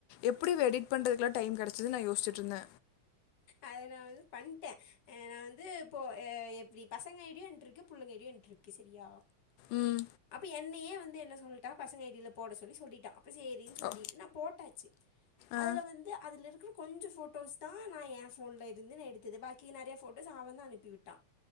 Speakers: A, on the left; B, on the left.
A: எப்டி இவ எடிட் பண்றதுக்குலா டைம் கெடச்சது நா யோஸ்சுட்டு இருந்த
B: அத நா வந்து பண்ட்ட அ நா வந்து இப்போ எ எப்டி பசங்க ஐடியு என்ட்டருக்கு புள்ளங்க ஐடியு என்ட்ருக் செரியா
A: ம்
B: அப்ப என்னையே வந்து என்ன சொல்ட்டா பசங்க ஐடில போட சொல்லி சொல்லிட்டா அப்ப சேரின் சொல்லிட்டு
A: ஓ
B: நா போட்டாச்சு
A: ஆ
B: அதுல வந்து அதுல இருக்கிற கொஞ்ச ஃபோட்டோஸ் தா நா ஏ ஃபோன்லருந்து எடுத்தது பாக் கி நறைய ஃபோட்டோஸ் அவந்நா அனுப்பி உட்டா